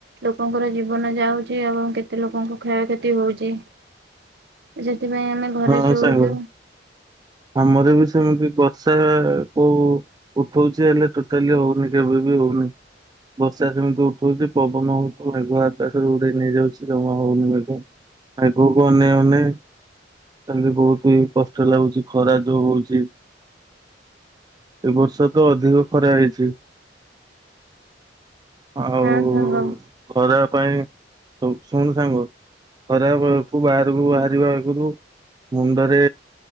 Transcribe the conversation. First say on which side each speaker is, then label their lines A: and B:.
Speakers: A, on the right (about 60°); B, on the right (about 20°).
A: ଲୋକଙ୍କର ଜୀବନ ଯାଉଛି ଏବଂ କେତେ ଲୋକଙ୍କ କ୍ଷୟକ୍ଷତି ହଉଛି ସେଥିପାଇଁ ଆମେ ଘରେ
B: ହଁ
A: ଶୋଉଛୁ
B: ସାଙ୍ଗ ଆମର ବି ସେମିତି ବର୍ଷା କୋଉ ଉଠଉଛି ହେଲେ ଟୋଟାଲି ହଉନି କେବେ ବି ହଉନି। ବର୍ଷା ଯେମିତି ଉଠଉଛି ପବନଙ୍କୁ ମେଘ ଆକାସରେ ଉଡେଇ ନେଇଯାଉଛି ଜମା ହଉନି ମେଘ। ଆଗୁକୁ ଅନେଇ ଅନେଇ କାଲି ବହୁତ ହି କଷ୍ଟ ଲାଗୁଛି ଖରା ଯୋଉ ହଉଛି। ଏ ବର୍ଷ ତ ଅଧିକ ଖରା ହେଇଛି। ଆଉ
A: ହଁ ସାଙ୍ଗ
B: ଖରା ପାଇଁ ସବୁ ଶୁଣୁ ସାଙ୍ଗ? ଖରାରୁ ବାହାରକୁ ବାହାରିବା ଆଗରୁ। ମୁଣ୍ଡରେ